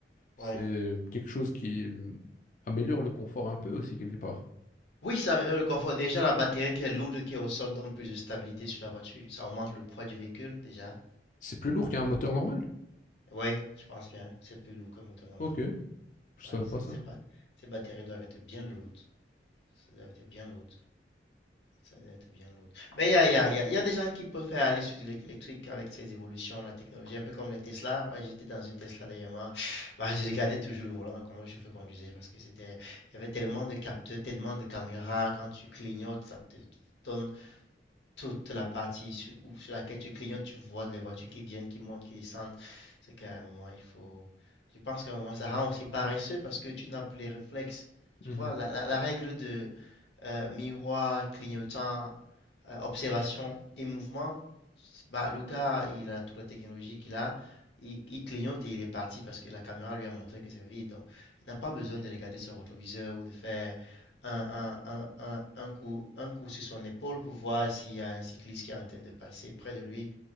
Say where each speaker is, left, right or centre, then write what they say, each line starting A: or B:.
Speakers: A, on the left; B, on the left.
A: C'est
B: ouais.
A: hum, quelque chose qui euh, améliore le confort un peu aussi, quelque part.
B: Oui, ça améliore le confort. Déjà, la batterie qui est lourde, qui est au sol, donne plus de stabilité sur la voiture. Ça augmente le poids du véhicule, déjà.
A: C'est plus lourd qu'un moteur normal.
B: Oui, je pense bien. C'est plus lourd qu'un moteur normal.
A: Ok, je
B: Ouais,
A: savais pas
B: c'est
A: ça.
B: c'est ba- ces batteries doivent être bien lourdes. Ça doit être bien lourd. Ça doit être bien lourd. Mais il y a, il y a- il y a- il y a des gens qui préfèrent aller sur l'électrique avec ces évolutions, la technologie, un peu comme les Tesla. Moi, j'étais dans une Tesla dernièrement. Bah, je regardais toujours le volant, comment je fais conduisais, parce que c'était, il y avait tellement de capteurs, tellement de caméras. Quand tu clignotes, ça te donne toute la partie sur, où- sur laquelle tu clignotes, tu vois les voitures qui viennent, qui montent, qui descendent. C'est qu'à un moment, il faut. Je pense qu'à un moment, ça rend aussi paresseux parce que tu n'as plus les réflexes. Tu
A: Mhm.
B: vois, la, la- la règle de euh, miroir, clignotant, euh, observation et mouvement, bah, le gars, il a toute la technologie qu'il a, il, il clignote et il est parti parce que la caméra lui a montré que c'est vide. Donc, il n'a pas besoin de regarder son rétroviseur ou de faire un, un, un, un, un coup, un coup sur son épaule pour voir s'il y a un cycliste qui est en train de passer près de lui.